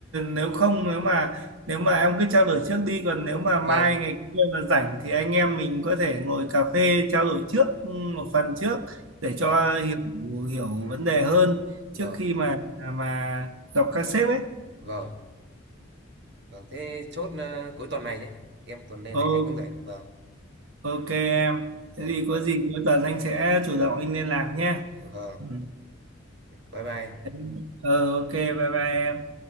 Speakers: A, on the right; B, on the right.
A: nếu không nếu mà nếu mà em cứ trao đổi trước đi còn nếu mà
B: vâng
A: mai ngày kia mà rảnh thì anh em mình có thể ngồi cà phê trao đổi trước ừ, một phần trước để
B: vâng
A: cho hiểu hiểu vấn đề hơn
B: vâng
A: trước khi mà mà gặp các sếp ấy.
B: vâng vâng thế chốt ờ, cuối tuần này nhé em tuần đây
A: Ô,
B: này anh cũng rảnh vâng
A: ok em.
B: vâng
A: Thế thì có gì cuối tuần anh sẽ chủ động anh liên lạc nhé.
B: vâng
A: Ừ.
B: bye bye
A: Thế- Ờ ok bye bye em.